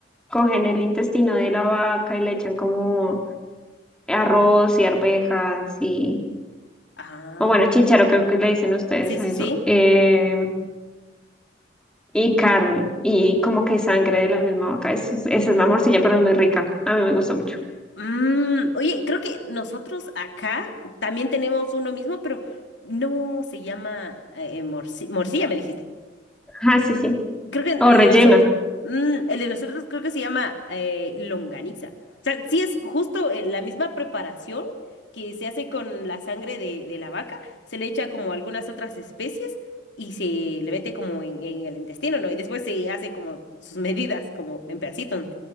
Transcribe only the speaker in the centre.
cogen el intestino de la vaca y le echan como arroz y arvejas y,
o bueno, chícharo creo que le dicen ustedes
a
eso,
eh, y
carne
y como que sangre de la misma vaca. Eso es- esa es la morcilla, pero es muy rica. A mí me gusta mucho.
Ajá, sí, sí.
O rellena.